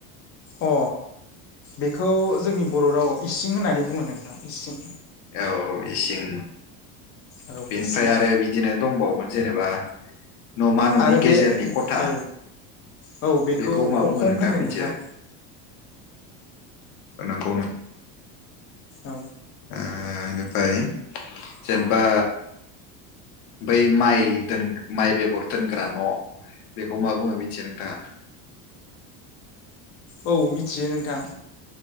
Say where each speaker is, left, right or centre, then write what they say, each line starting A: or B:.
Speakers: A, on the left; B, on the left.
A: अ बेखौ जोंनि बर' रावाव इसिं होननानै बुङो नोंथां इसिं।
B: औ औ इसिं
A: औ
B: बेनिफ्राय
A: इसिं
B: आरो बिदिनो दंबावोमोन। जेनेबा न'मा न'नि
A: आरो बे
B: गेजेरनि खथा
A: औ औ
B: बेखौ मा
A: अखं
B: बुंङो नोंथाङा
A: होनो
B: मिथिया
A: नोंथां
B: अ नोंथ
A: औ।
B: बेनिफ्राय जेनेबा बै माइ द माइ बेगर दोनग्रा न' बेखौ मा बुङो मिथिया नोंथाङा
A: औ मिथियो नोंथां